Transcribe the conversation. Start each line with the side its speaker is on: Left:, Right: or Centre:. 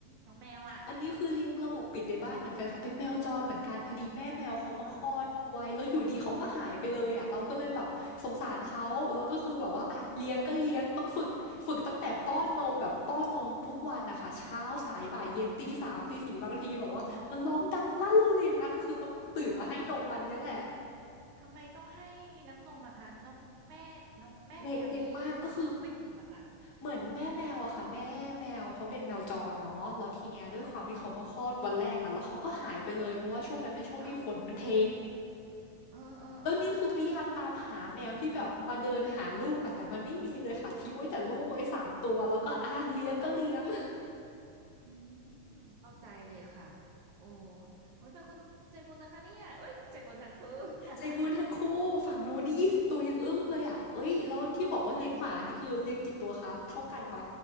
Right: น้องแมวอ่ะ
Left: อันนี้คือเลี้ยงระบบปิดในบ้านเหมือนกันค่ะเป็นแมวจรเหมือนกันพอดีแม่แมวเขามาคลอดไว้แล้วอยู่ดีเขาก็หายไปเลยอ่ะเราก็เลยแบบสงสารเขาแล้วก็คือแบบว่าอ่ะเลี้ยงก็เลี้ยงต้องฝึกฝึกตั้งแต่ป้อนนมแบบป้อนนมทุกวันนะคะเช้าสายบ่ายเย็นตีสามตีสี่บางทีแบบว่ามันร้องดังลั่นเลยนะก็คือต้องตื่นมาให้นมมันเนี่ยแหละ
Right: อมอ่าอืมอ๋อ อ๋อททำไมต้องให้น้ำนมอะคะน้องแม่น้องแม่แมวนี้น้ำนมไม่ถึงเหรอคะ
Left: เด็กเด็กมากก็คือ เหมือนแม่แมวอะค่ะแม่แมวเขาเป็นแมวจรเนาะแล้วทีเนี้ยด้วยความที่เขามาคลอดวันแรกอะแล้วเขาก็หายไปเลยเพราะว่าช่วงนั้นเป็นช่วงที่ฝนมันเท
Right: อ๋อเอ้าเออเออเออ
Left: แล้วนี่คือพยายามตามหาแมวที่แบบมาเดินหาลูกอะแต่มันไม่มีเลยค่ะทิ้งไว้แต่ลูกไว้สามตัวแล้วก็อาเลี้ยงก็เลี้ยง <laughs>
Right: อืมเข้าใจเลยค่ะโอ้โอ้ยเป็นคนใจบุญนะคะเนี่ยเอ้ยใจบุญทั้งคู่
Left: ใจบุญทั้งคู่ฝั่งนู้นนี่ยี่สิบตัวยังอึ้งเลยอะเอ้ยแล้วที่บอกว่าเลี้ยงหมานี่คือเลี้ยงกี่ตัวคะเท่ากันไหม
Right: <laughs> ใช่ใช่